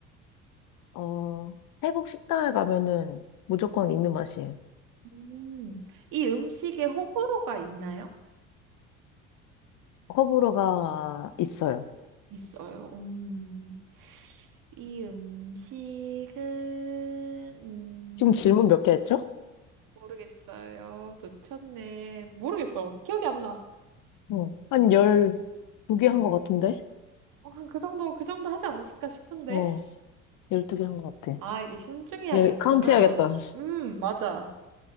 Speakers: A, on the left; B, on the right.
A: 어, 태국 식당에 가면은 무조건 있는 맛이에요.
B: 음, 이 음식에 호불호가 있나요?
A: 커브로가 있어요.
B: 있어요. 음, 이 음식은 음,
A: 지금 질문 몇 개 했죠?
B: 모르겠어요. 놓쳤네. 모르겠어. 기억이 안 나.
A: 응. 한 12개 한 것 같은데?
B: 어, 한그 정도, 그 정도 하지 않았을까 싶은데?
A: 어, 12개 한 것 같아.
B: 아, 이제 신중해야겠구나.
A: 이제 카운트 해야겠다.
B: 음, 맞아.